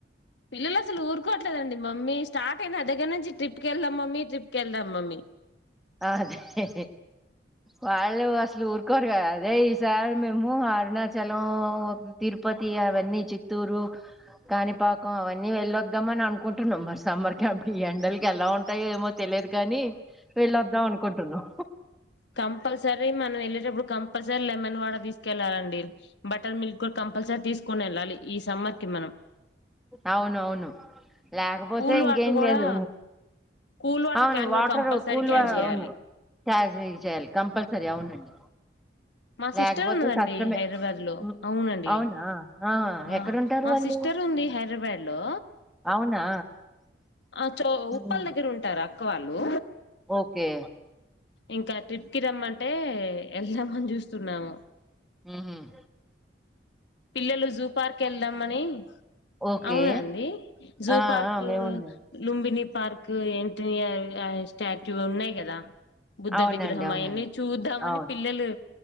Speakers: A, on the left (about 75°); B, in the centre.
A: పిల్లలు అసలు ఊరుకోట్లేదండి మమ్మీ స్టార్ట్ అయినా దగ్గర నుంచి ట్రిప్ కి వెళ్దాం మమ్మీ ట్రిప్ కి వెళ్దాం మమ్మీ
B: అదే వాళ్ళు అసలు ఊరుకోరు కదా అదే ఈసారి మేము అరుణాచలం తిరుపతి అవన్నీ చిత్తూరు కాణిపాకం అవన్నీ వెళ్ళొద్దామ అని అనుకుంటున్నాం మరి సమ్మర్ క్యాంప్ ఈ ఎండలకి ఎలా ఉంటాయో ఏమో తెలియదు కానీ వెళ్ళద్దాం అనుకుంటున్నాం
A: కంపల్సరీ మనం వెళ్ళేటప్పుడు కంపల్సరీ లెమన్ వాటర్ తీసుకెళ్ళాలండి బటర్ మిల్క్ కూడా కంపల్సరీ తీసుకోని వెళ్ళాలి సమ్మర్ కి మనం
B: అవును అవును లేకపోతే
A: కూల్
B: ఇంకేం
A: వాటర్ కూడా
B: లేదు
A: కూల్ వాటర్
B: అవును
A: క్యాన్
B: వాటర్
A: కూడా కంపల్సరీ
B: కూల్
A: క్యాచ్
B: అవును
A: చేయాలి
B: చార్జ్ చేయాలి కంపల్సర సరే అవునండి
A: మా సిస్టర్
B: లేకపోతే
A: ఉన్నదండి
B: కష్టమే
A: హైదరాబాద్ లో
B: ఉమ్,
A: అవునండి
B: అవునా ఆహా
A: ఆ
B: ఎక్కడుంటారు
A: మా
B: వాళ్ళు
A: సిస్టర్ ఉంది హైదరాబాద్ లో
B: అవునా
A: ఆ చో ఉప్పల్
B: ఉమ్,
A: దగ్గర ఉంటారా ఎక్క వాళ్ళు
B: ఓకే
A: ఇంకా ట్రిప్ కి రమ్మంటే ఎ ఎల్థం అని జూస్ సున్నాము
B: హమ్ హమ్
A: పిల్లలు జూ పార్క్ వెళ్దామని
B: ఓకే
A: అవునండి జూ
B: ఆ
A: పార్క్
B: ఆ మేముండే
A: లుంబినీ పార్క్ ఏంటి స్టాట్యూ ఉన్నాయి కదా బుద్ధ
B: అవునండి
A: విగ్రహం
B: అవునండి
A: అయన్నీ చూద్దామని
B: అవును
A: పిల్లలు